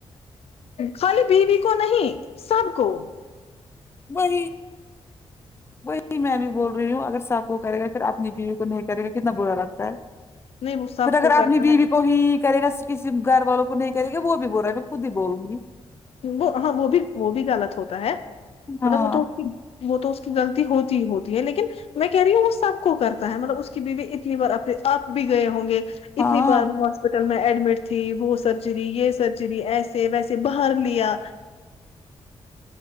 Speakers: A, on the left; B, on the left.
A: خالی بیوی کو نہیں سب کو
B: وہی وہی میں بھی بول رہی ہوں اگر سب کو کرے گا پھر اپنی بیوی کو نہیں کرے گا کتنا برا لگتا ہے
A: نہیں وہ سب
B: پھر اگر
A: کو کرتا
B: اپنی بیوی
A: ہے
B: کو ہی کرے گا کسی گھر والوں کو نہیں کرے گا وہ بھی بول رہا ہے میں خود ہی بولوں گی
A: وہ ہاں وہ بھی وہ بھی غلط ہوتا ہے
B: ہاں
A: مطلب وہ تو وہ تو اس کی غلطی ہوتی ہی ہوتی ہے لیکن میں کہہ رہی ہوں وہ سب کو کرتا ہے مطلب اس کی بیوی اتنی بار آپ بھی گئے ہوں گے
B: ہاں
A: اتنی بار وہ ہاسپٹل میں ایڈمٹ تھی وہ سرجری یہ سرجری ایسے ویسے ب بھر لیا